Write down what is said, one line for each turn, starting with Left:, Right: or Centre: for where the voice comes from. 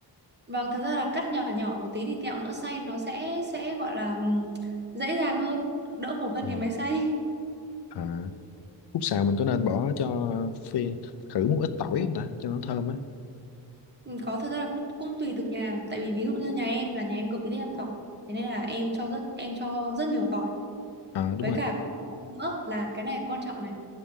Right: vâng, thật ra là cắt nhỏ nhỏ một tí thì tẹo nữa xay nó sẽ sẽ gọi là ừm, dễ dàng hơn, đỡ khổ hơn
Left: Ừ.
Right: cái máy xay.
Left: À, khúc xào mình có nên bỏ cho phi khử một ít tỏi không ta cho nó thơm á.
Right: Ừ, Có thật ra là cũng cũng tùy từng nhà, tại vì ví dụ như nhà em là nhà em cực kỳ thích ăn tỏi. Thế nên là em cho rất em cho rất nhiều tỏi
Left: À đúng
Right: với
Left: rồi.
Right: cả có một cái nữa là cái này quan trọng này